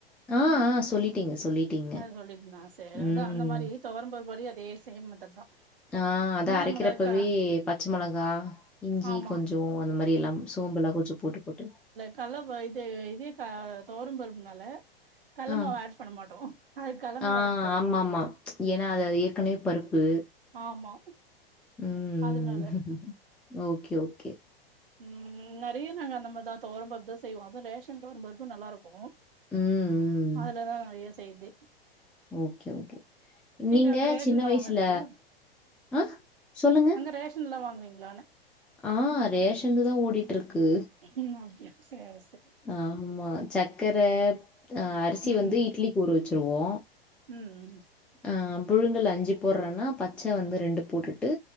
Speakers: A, in the centre; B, on the right.
A: ஆ ஆ சொல்லிட்டீங்க சொல்லிட்டீங்க
B: அத சொல்லிக்கனா சேரி
A: ம்
B: அதா அந்த மாரி தொவரம் பருப்பு வரயு அதே சேம் மெத்தேட் தா
A: ஆ அத
B: என்ன
A: அரைக்கிறப்பவே
B: நமக்கு அதுக்கா
A: பச் ச்ச மொளகா இஞ்சி
B: ஆமா
A: கொஞ்சோ அந்த மாரி எல்லா சோம்பு எல்லா கொஞ்சோ போட்டு போட்டு
B: நல்லா வ இது இது க தொவரம் பருப்புனால கல்ல
A: ஆ
B: மாவு ஆட் பண்ண மாட்டோ அதுக் கல்ல மாவு
A: ஆ
B: ஆட் பண்ணு
A: ஆமாமா ஏன்னா அது ஏற்கனவே பருப்பு
B: ஆமா
A: ம்
B: அதனால
A: ஓகே ஓகே
B: ம் நெறைய நாங்க அந்த மாரிதா தொவரம்பருப்பு தா செய்வோ அதுவு ரேஷன் தொவரம்பருப்பு நல்லா இருக்கு
A: ம் ம்
B: அதுலதா <unintelligible> செய்றதே
A: ஓகே ஓகே நீங்க
B: அங்க ரேஷன்ல
A: சின்ன வயசுல
B: வாங்காதீங்களா
A: ஆ சொல்லுங்க
B: ரேஷன்லா வாங்குவீங்களானே
A: ஆ ரேஷன்ல தா ஓடிட்டு இருக்கு
B: ம் அப்டியா சேர்
A: ஆமா சக்கர ஆ அரிசி
B: ம்
A: வந்து இட்லிக்கு ஊற வெச்சிருவோ
B: ம் ம்
A: ஆ புழுங்கல் அஞ்சு போட்றேன்னா பச்ச வந்து ரெண்டு போட்டுட்டு